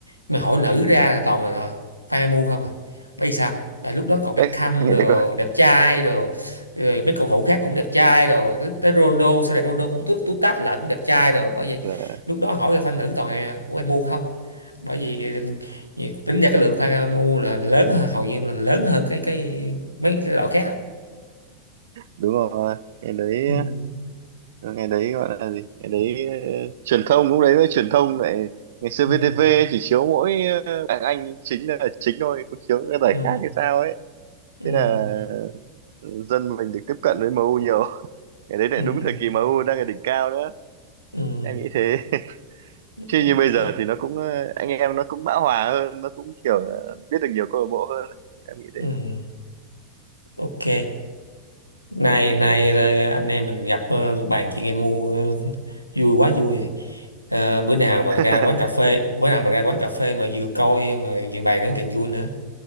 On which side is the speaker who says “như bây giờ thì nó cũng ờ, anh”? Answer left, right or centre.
Right